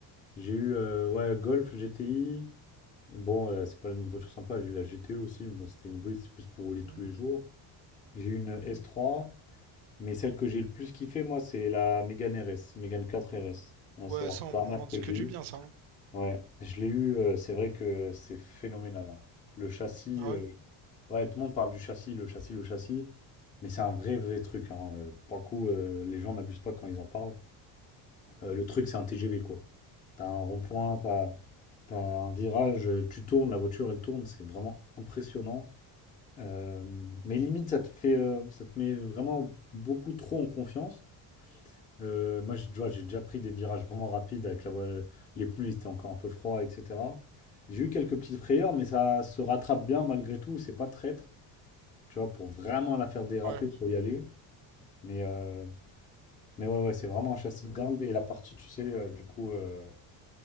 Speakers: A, on the left; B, on the right.
A: J'ai eu, euh, ouais, Golf, GTI. Bon, euh, c'est pas une voiture sympa. J'ai eu la GTE aussi, mais bon, c'était une hybride, c'est plus pour rouler tous
B: Mm.
A: les jours. J'ai eu une S3. Mais celle que j'ai le plus kiffé, moi, c'est la Mégane RS, Mégane 4 RS. Là,
B: Ouais,
A: c'est la
B: ça, on
A: dernière
B: m'en
A: que
B: dit
A: j'ai
B: que du
A: eue.
B: bien, ça. hein.
A: Ouais, je l'ai eue. euh, c'est vrai que c'est phénoménal. hein. Le châssis,
B: Ah
A: euh,
B: ouais.
A: ouais, tout le monde parle du châssis, le châssis, le châssis. Mais c'est un vrai, vrai truc. hein. Euh, Pour le coup, euh, les gens n'abusent pas quand ils en parlent. Euh, le truc, c'est un TGV, quoi. T'as un rond-point, t'as, t'as un virage, euh, tu tournes, la voiture, elle tourne. C'est vraiment impressionnant. Euh, mais limite, ça te fait, euh, ça te met vraiment beaucoup trop en confiance. Euh, moi, je- tu vois, j'ai déjà pris des virages vraiment rapides avec la voie- les pneus, ils étaient encore un peu froids, etc. J'ai eu
B: Mhm.
A: quelques petites frayeurs, mais ça se rattrape bien malgré tout. C'est pas traître, tu vois, pour vraiment la faire déraper,
B: Ouais,
A: faut y aller. Mais, euh, mais ouais, ouais, c'est vraiment un châssis de dingue. Et la partie, tu sais, euh, du coup, euh,